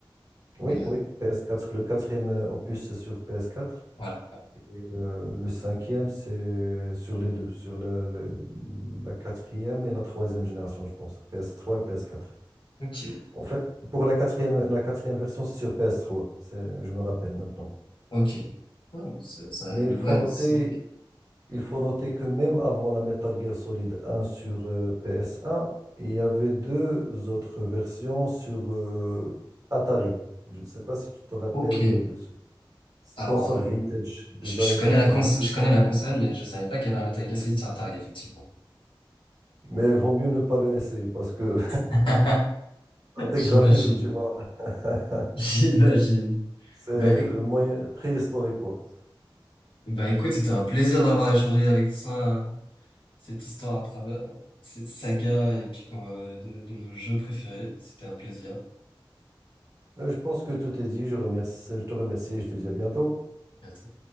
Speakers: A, on the right; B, on the left.
A: Oui,
B: Mais euh,
A: oui, ps quatre. Le quatrième euh, opus, c'est sur ps quatre
B: voilà. ouais.
A: Et euh, le cinquième, c'est sur les deux, sur la, le- la quatrième et la troisième génération, je pense. ps trois, et ps quatre.
B: Ok,
A: En fait, pour la quatrième, la quatrième version, c'est sur ps trois, C'est, je me rappelle maintenant.
B: ok. Oh, ça, ça
A: Mais
B: a une-
A: il faut
B: ouais,
A: noter,
B: une saga.
A: il faut noter que même avant la Metal Gear Solid un sur euh, ps un, il y avait deux autres versions sur euh, Atari. Je ne sais pas si tu te rappelles
B: Ok.
A: de ce
B: Alors,
A: console
B: euh,
A: vintage des
B: je, je
A: années
B: connais
A: 80.
B: la cons je connais la console, mais je savais pas qu'il y avait un Metal Gear Solid sur Atari, effectivement.
A: Mais vaut mieux ne pas le essayer parce que
B: <laughs>
A: <laughs> tes
B: J'imagine.
A: graphisme, tu vois, <laughs>
B: J'imagine.
A: c'est
B: Bah, éc-
A: le moyen préhistorique, quoi.
B: bah écoute, c'était un plaisir d'avoir échangé avec toi. cette histoire à travers euh, cette saga et puis quand, euh, de, de nos jeux préférés. C'était un plaisir. À
A: Euh, Je pense que tout est dit. Je remercie, je te remercie et je te dis à bientôt.
B: Bientôt.